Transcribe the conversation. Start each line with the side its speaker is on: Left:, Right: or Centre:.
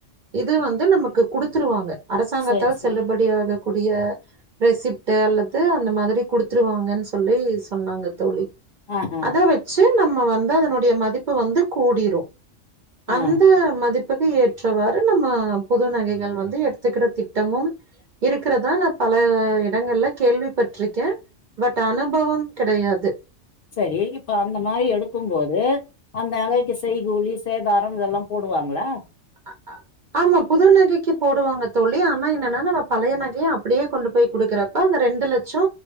Right: இது வந்து நமக்கு குடுத்துருவாங்க அரசாங்கத்தால்
Left: சரி சரி
Right: செல்லுபடியாகக் கூடிய ரெசிப்ட் அல்லது அந்த மாதிரி குடுத்துருவாங்கன்னு சொல்லி சொன்னாங்க தோழி
Left: ஆஹா
Right: அத வச்சு நம்ம வந்து அதனுடைய மதிப்பு வந்து கூடிரும் அந்த
Left: ஆ
Right: மதிப்புக்கு ஏற்றவாற் நம்ம புது நகைகள் வந்து எடுத்துக்கிற திட்டமும் இருக்கறதா நா பல இடங்கள்ல கேள்வி பட்டிருக்கே பட் அனுபவம் கெடையாது
Left: சரி இப்ப அந்த மாரி எடுக்கும்போது அந்த நகைக்கு செய்கூலி சேதாரம் இதெல்லாம் போடுவாங்களா
Right: அ அ ஆமா புதுநகைக்கு போடுவாங்க தோழி ஆனா என்னன்னா நா பழைய நகையை அப்டியே கொண்டு போய் குடுக்கற இப்ப அந்த ரெண்டு லட்சோ